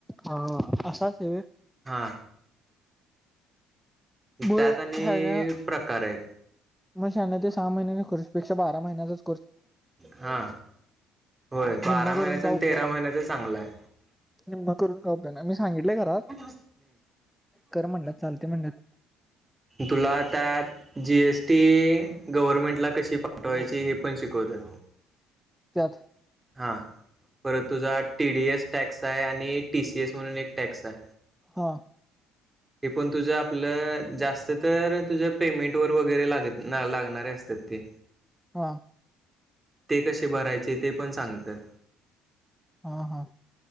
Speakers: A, in the centre; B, on the right.
A: हा अस असतयं होय?
B: हा.
A: मग
B: त्यात आणि
A: ह्याना
B: प्रकार आहेत.
A: मग शान सहा महि्यानी कोर्स पेक्षा बारा महिन्याच
B: हा होय बारा
A: निम्म
B: महिन्याच
A: करून
B: आणि
A: काय
B: तेरा
A: उपयोग नाही
B: महिन्याच चांगलं आहे.
A: निम्म करून काय उपयोग नाही मी सांगितलंय घरात
B: <inaudible>
A: कर म्हणल्यात चालते म्हणल्यात
B: तुला त्यात जीएसटी गव्हर्मेंटला कशी पाठवायची हे पण शिकवतात.
A: त्यात
B: हा परत तुझा टीडीएस टॅक्स आहे आणि टीसीएस म्हणून एक टॅक्स आहे.
A: हा.
B: हे पण तुझं आपलं जास्त तर तुझ्या पेमेंट वर वगैरे ला लागणार असत्यात ते.
A: हा.
B: ते कसे भरायचे ते पण सांगतात.
A: हा हा